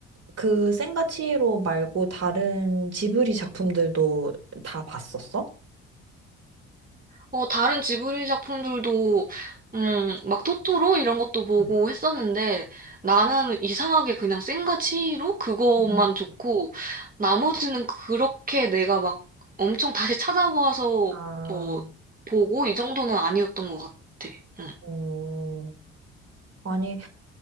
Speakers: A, on the right; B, on the right.
A: 그 센과 치히로 말고 다른 지브리 작품들도 다 봤었어?
B: 어, 다른 지브리 작품들도, 음, 막 토토로 이런 것도 보고
A: 음.
B: 했었는데, 나는 이상하게 그냥 센과 치히로 그것만
A: 음.
B: 좋고, 나머지는 그렇게 내가 막 엄청 다시 찾아봐서,
A: 아,
B: 뭐, 보고 이 정도는 아니었던 것 같아. 응.
A: 어, 아니